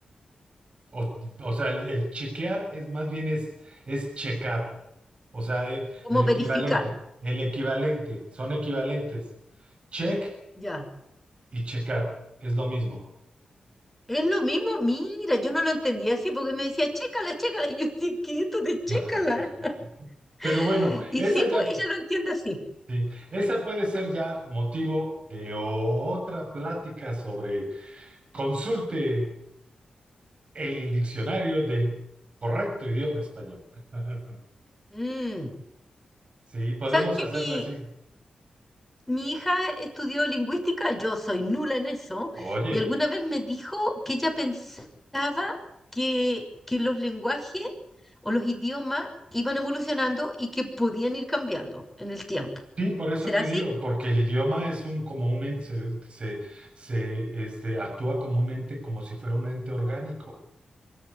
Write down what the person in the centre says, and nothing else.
como
verificar,
ya.
Es lo mismo, mira, yo no lo entendía así porque me decía, chécala, chécala. Y yo decía, ¿qué es esto de chécala?
<laughs>
Y
sí,
pues ella lo entiende así.
Mm.
¿Sabes que
mi,
mi hija estudió lingüística? Yo soy nula en eso.
Y alguna vez me dijo que ella pensaba que, que los lenguajes o los idiomas iban evolucionando y que podían ir cambiando en el tiempo.
¿Será
así?